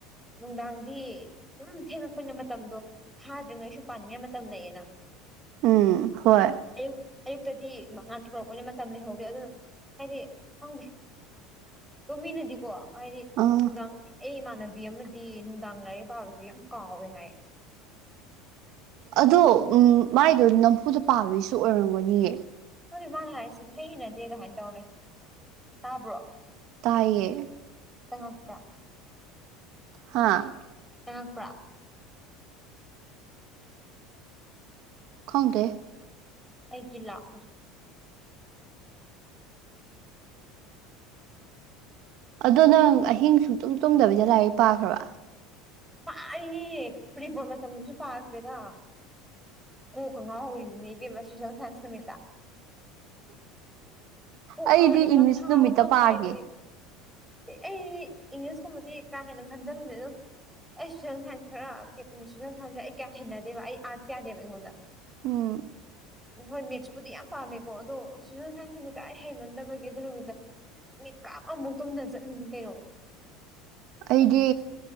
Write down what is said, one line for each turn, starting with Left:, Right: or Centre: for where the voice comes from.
Centre: ꯅꯨꯡꯗꯥꯡꯗꯤ ꯗꯨꯝ ꯊꯦꯡꯉꯛꯄꯅ ꯃꯇꯝꯗꯣ ꯐꯥꯗ꯭ꯔꯤꯉꯩꯁꯨ ꯄꯥꯅꯤꯡꯉꯥꯏ ꯃꯇꯝ ꯂꯩꯌꯦꯅ
Right: ꯎꯝ ꯍꯣꯏ
Centre: ꯑꯌꯨꯛ ꯑꯌꯨꯛꯇꯗꯤ ꯉꯥꯟꯊꯣꯔꯛꯄꯅꯤ ꯃꯇꯝ ꯂꯩꯍꯧꯗꯦ ꯑꯗꯨꯅ ꯍꯥꯏꯗꯤ ꯈꯪꯗꯦ ꯑꯗꯣꯝ ꯃꯤꯅꯗꯤꯀꯣ ꯍꯥꯏꯗꯤ
Right: ꯑꯥ
Centre: ꯅꯨꯡꯗꯥꯡ ꯑꯩ ꯏꯃꯥꯟꯅꯕꯤ ꯑꯃꯗꯤ ꯅꯨꯡꯗꯥꯡ ꯂꯥꯏꯔꯤꯛ ꯄꯥꯕꯖꯦ ꯌꯥꯝ ꯀꯥꯎꯋꯦ ꯍꯥꯏ
Right: ꯑꯗꯣ ꯎꯝ ꯃꯥꯏꯗꯣ ꯅꯝꯐꯨꯗ ꯄꯥꯕꯩꯁꯨ ꯑꯣꯏꯔꯝꯒꯅꯤꯌꯦ
Centre: ꯈꯪꯗꯦ ꯃꯥꯅ ꯍꯥꯏꯁꯤꯅ ꯢꯍꯩ ꯍꯩꯩꯅꯗꯦ <unintelligible> ꯇꯧꯔꯥ ꯂꯩ ꯇꯥꯕ꯭ꯔꯣ
Right: ꯇꯥꯏꯌꯦ
Centre: ꯆꯪꯉꯛꯄ꯭ꯔꯥ
Right: ꯍꯥꯥ
Centre: ꯆꯪꯉꯛꯄ꯭ꯔꯥ
Right: ꯈꯪꯗꯦ
Centre: ꯑꯩꯒꯤ ꯂꯥꯛꯑꯦ
Right: ꯑꯗꯨ ꯅꯪ ꯑꯍꯤꯡ ꯁꯨꯡꯇꯨꯝ ꯇꯨꯝꯗꯕꯤꯗ ꯂꯥꯏꯔꯤꯛ ꯄꯥꯈ꯭ꯔꯕ
Centre: ꯄꯥꯔꯣꯅꯦ ꯄ꯭ꯔꯤꯕꯣꯠ ꯃꯇꯝꯗꯁꯨ ꯄꯥꯈ꯭ꯔꯦꯗ ꯀꯣꯛꯀ ꯉꯥꯎꯔꯤꯅꯤꯅꯦ ꯏꯕꯦꯝꯃ ꯁꯣꯁꯦꯜ ꯁꯥꯏꯟꯁ ꯅꯨꯃꯤꯠꯇ ꯀꯣꯛꯉꯥꯎꯔ
Right: ꯑꯩꯗꯤ
Centre: ꯑꯦꯛꯖꯥꯝ
Right: ꯏꯪꯂꯤꯁ
Centre: ꯊꯥꯕ
Right: ꯅꯨꯃꯤꯠꯇ
Centre: ꯉꯝꯗ꯭ꯔꯤꯅꯦ
Right: ꯄꯥꯒꯦ
Centre: ꯑꯩ ꯏꯪꯂꯤꯁꯀꯨꯝꯕꯗꯤ ꯀꯥ ꯍꯦꯟꯅ ꯈꯟꯖꯟꯂꯨꯗꯦ ꯑꯗꯨ ꯑꯩ ꯁꯣꯁꯦꯜ ꯁꯥꯏꯟꯁ ꯈꯔ ꯁꯣꯁꯦꯜ ꯁꯥꯏꯟꯁꯁꯦ ꯑꯩ ꯀꯌꯥ ꯍꯩꯅꯗꯦꯕ ꯑꯩ ꯑꯥꯔꯠꯁ ꯌꯥꯗꯦꯕ ꯑꯩꯉꯣꯟꯗ
Right: ꯎꯝ
Centre: ꯍꯣꯏ ꯃꯦꯠꯁꯄꯨꯗꯤ ꯌꯥꯝ ꯄꯥꯝꯃꯦꯀꯣ ꯑꯗꯣ ꯁꯣꯁꯦꯜ ꯁꯥꯏꯟꯁ ꯅꯨꯃꯤꯠ ꯇ ꯑꯩ ꯍꯩꯃꯟꯗꯕꯒꯦ ꯑꯗꯨ ꯅꯨꯃꯤꯠꯇ ꯃꯤꯠꯀꯞ ꯑꯃꯕꯨꯛ ꯇꯨꯝꯗꯅ ꯆꯠꯂꯤꯅꯤ ꯀꯩꯅꯣ
Right: ꯑꯩꯗꯤ